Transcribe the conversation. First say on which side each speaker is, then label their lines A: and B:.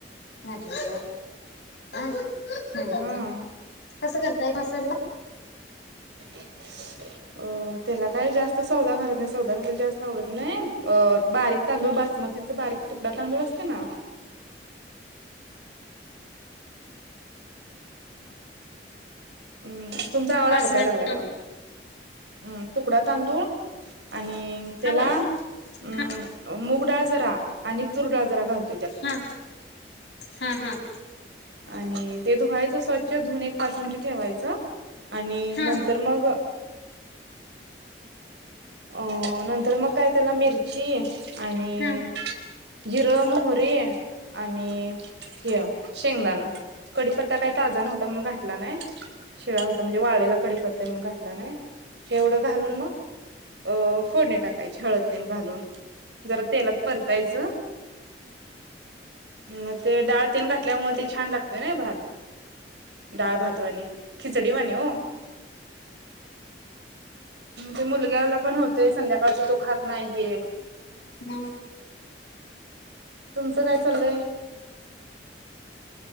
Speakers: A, on the left; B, on the right.
A: <unintelligible>
B: हा
A: कसं करताय मसाले भात
B: <unintelligible> अ त्याला काय जास्त सौदा करत नाही सौदा खाला जास्त आवडत नाही अ बारीक तांदूळ मतीचा बारीक तुकडा तांदूळ असते ना म्म तुमचा आवाज
A: बासमती
B: अडकायला लागलाय बघा हम्म तुकडा तांदूळ आणि त्याला
A: हा बोला
B: अ
A: की
B: मुगडडाळ जरा आणि तुरडाळ जरा <unintelligible>
A: हा हाहा
B: आणि ते धुवायचं स्वच्छ धुन एक पाच मिनिट ठेवायचं आणि
A: हा
B: नंतर मग अ नंतर मग काय त्याला मिरची आणि
A: हा
B: जिरं मोहरी आणि हे शेंगदाान कडीपत्ता काही ताजा नव्हता म्हणून घातला नाही शिळा होता म्हणजे वाळेलेला कडीपत्ता घला नाहीवढं घालून मग अ फोडनी टाकायची हळद तेल घालून जरा तेलात परतायचं मग ते डाळतेन घातलं ल्यामुळे ते छान लागतय ना भात डाळ भातवाणी खिचडीवाणी हो हम मुलग्याला पण होतोय संध्याकाळचा तो खात नाहीये
A: मग
B: तुमचं काय चाललय